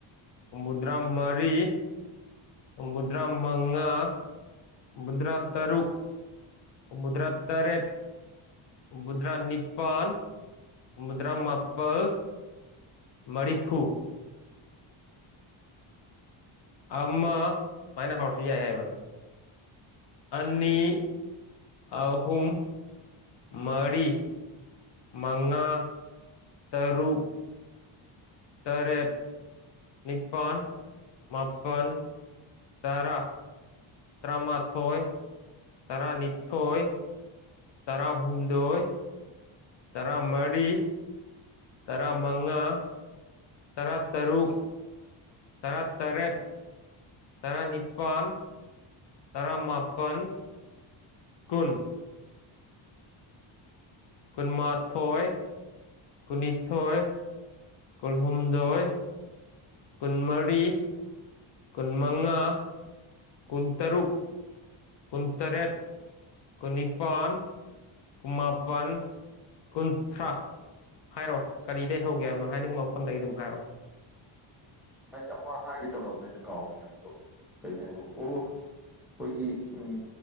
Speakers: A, on the left (about 55°); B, in the centre.
A: ꯍꯨꯝꯐꯨꯇꯔꯥ ꯃꯔꯤ ꯍꯝꯕꯗ꯭ꯔꯥ ꯃꯉꯥ ꯍꯨꯝꯗꯔꯥ ꯇꯔꯨꯛ ꯍꯨꯝꯕꯨꯗ꯭ꯔꯥ ꯇꯔꯦꯠ ꯍꯨꯝꯕꯨꯗ꯭ꯔꯥ ꯅꯤꯄꯥꯟ ꯍꯨꯝꯕꯨꯗ꯭ꯔꯥ ꯃꯥꯄꯜ ꯃꯔꯤꯐꯨ ꯑꯃ ꯁꯨꯃꯥꯏꯅ ꯍꯧꯔꯁꯨ ꯌꯥꯏ ꯍꯥꯏꯕꯗ ꯑꯅꯤ ꯑꯍꯨꯝ ꯃꯔꯤ ꯃꯉꯥ ꯇꯔꯨꯛ ꯇꯔꯦꯠ ꯅꯤꯄꯥꯜ ꯃꯥꯄꯜ ꯇꯔꯥ ꯇ꯭ꯔꯥꯃꯊꯣꯏ ꯇꯔꯥꯅꯤꯊꯣꯏ ꯇꯔꯥꯍꯨꯝꯗꯣꯏ ꯇꯔꯥꯃꯔꯤ ꯇꯔꯥꯃꯉꯥ ꯇꯔꯥ ꯇꯔꯨꯛ ꯇꯔꯥ ꯇꯔꯦꯠ ꯇꯔꯥꯅꯤꯄꯜ ꯇꯔꯥꯃꯄꯟ ꯀꯨꯟ ꯀꯨꯟꯃꯥꯊꯣꯏ ꯀꯨꯟꯅꯤꯊꯣꯏ ꯀꯨꯜꯍꯨꯝꯗꯣꯏ ꯀꯨꯟꯃꯔꯤ ꯀꯨꯟꯃꯉꯥ ꯀꯨꯟꯇꯔꯨꯛ ꯀꯨꯟꯇꯔꯦꯠ ꯀꯨꯟꯅꯤꯄꯥꯟ ꯀꯨꯟꯃꯥꯄꯟ ꯀꯨꯟꯊ꯭ꯔꯥ ꯍꯥꯏꯔꯣ ꯀꯔꯤꯗꯩ ꯍꯧꯒꯦ ꯍꯥꯏꯕꯅꯣ ꯍꯥꯏꯅꯤꯡꯕ ꯃꯐꯝꯗꯒꯤ ꯑꯗꯨꯝ ꯍꯥꯏꯔꯣ
B: ꯑꯩ ꯑꯃ ꯍꯥꯏꯒꯦ ꯇꯧꯔꯝꯕꯅꯦ ꯀꯥꯎꯔꯦꯅꯦ ꯃꯗꯣ ꯀꯔꯤ ꯍꯥꯏꯔꯛꯑꯣ ꯑꯩꯈꯣꯏꯒꯤ ꯎꯝ